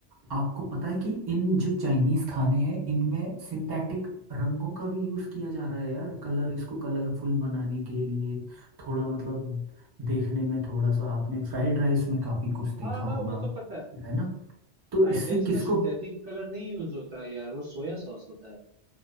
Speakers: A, on the right; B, on the right.
A: आपको पता है कि इन जो चाइनीज खाने हैं इनमें सिंथेटिक रंगों का भी यूज किया जा रहा है यार कलर इसको कलरफुल बनाने के लिए थोड़ा मतलब देखने में थोड़ा सा आपने फ्राइड राइस में काफी कुछ देखा
B: हाँ
A: होगा
B: हाँ वो तो पता है
A: है ना तो
B: फ्राइड
A: इससे
B: राइस
A: किसको
B: में सिंथेटिक कलर नहीं यूज होता है यार वो सोया सॉस होता है